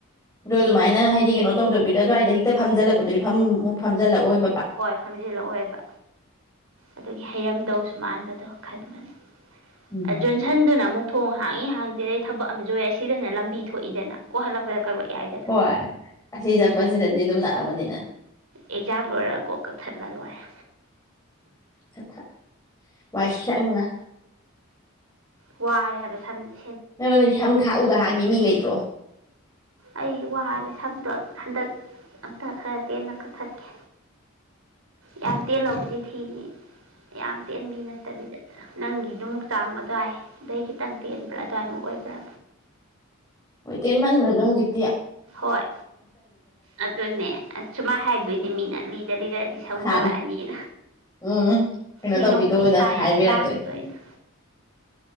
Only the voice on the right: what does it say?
ꯍꯣꯏ ꯐꯝꯖꯤꯜꯂꯛꯑꯣꯏꯕ ꯑꯗꯨꯒꯤ ꯍꯩꯔꯝ- ꯗꯧꯁꯨ ꯃꯥꯟꯕꯗꯣ ꯈꯟꯕꯅꯦ
ꯑ ꯖꯣꯟꯁꯟꯗꯨꯅ ꯑꯃꯨꯛ ꯊꯣꯡ ꯍꯥꯡꯉꯤ ꯍꯥꯡꯗꯦꯗꯩ ꯊꯕꯛ ꯑꯃꯖꯨ ꯍꯦꯛ ꯁꯤꯗꯅ ꯂꯝꯕꯤ ꯊꯣꯛꯏꯗꯅ ꯀꯣꯛ ꯍꯜꯂꯛꯄꯗ ꯀꯛꯂꯛ- ꯌꯥꯏꯗꯅ
ꯑꯦꯛꯖꯥꯝ ꯂꯣꯏꯔ ꯀꯣꯛ ꯀꯛꯊꯠꯂ ꯂꯣꯏꯔꯦ
ꯋꯥꯔꯦ ꯍꯥꯏꯕ ꯁꯝꯖꯦ
ꯑꯩ ꯋꯥꯔꯦ ꯁꯝꯗꯣ ꯍꯟꯗꯛ ꯑꯝꯇ ꯈꯔ ꯇꯦꯟꯅ ꯀꯛꯊꯠꯀꯦ ꯌꯥꯝ ꯇꯦꯜꯂꯕꯨꯗꯤ ꯊꯤꯅꯤ ꯌꯥꯝ ꯇꯦꯟꯕꯤ ꯅꯠꯇꯕꯤꯗ ꯅꯪꯒꯤ- ꯑꯗꯨꯃꯨꯛ ꯆꯥꯡ ꯑꯗꯨꯋꯥꯏ ꯑꯗꯩ ꯈꯤꯇꯪ ꯇꯦꯟꯕ꯭ꯔꯥ ꯑꯗꯨꯋꯥꯏꯃꯨꯛ ꯑꯣꯏꯕ꯭ꯔ
ꯍꯣꯏ ꯑꯗꯨꯅꯦ ꯁꯨꯃꯥꯏꯅ ꯍꯥꯏꯗꯣꯏꯅꯦ ꯃꯤꯅ ꯂꯤꯗ ꯂꯤꯔꯛꯑꯗꯤ ꯁꯝ
ꯀꯠꯂꯛꯑꯅꯤꯅ
ꯃꯤꯅꯣꯛ
ꯃꯩꯁꯥ
ꯌꯥꯝ ꯂꯥꯡꯗꯣꯏꯅ